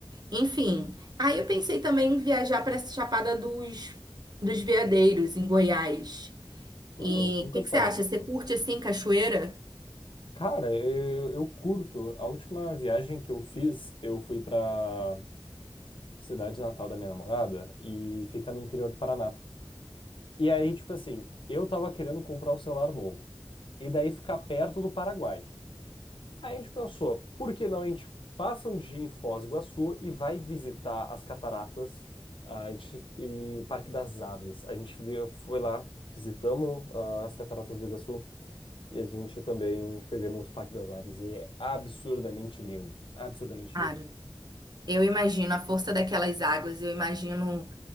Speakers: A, on the right; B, on the left.
A: enfim, aí eu pensei também em viajar para essa Chapada dos, dos Veadeiros, em Goiás. E
B: Hum, nunca
A: o que
B: vou
A: que você
B: falar.
A: acha? Você curte assim cachoeira?
B: Cara, eu, eu curto. A última viagem que eu fiz, eu fui pra cidade natal da minha namorada e fica no interior do Paraná. E aí, tipo assim, eu tava querendo comprar um celular novo. E daí ficar perto do Paraguai. Aí a gente pensou, por que não a gente passa um dia em Foz do Iguaçu e vai visitar as cataratas, a gente, e o Parque das Aves. A gente veio- foi lá, visitamos ah, as cataratas do Iguaçu e a gente também foi ver nos Parque das Aves e é absurdamente lindo, absurdamente
A: Cara,
B: lindo.
A: eu imagino a força daquelas águas, eu imagino,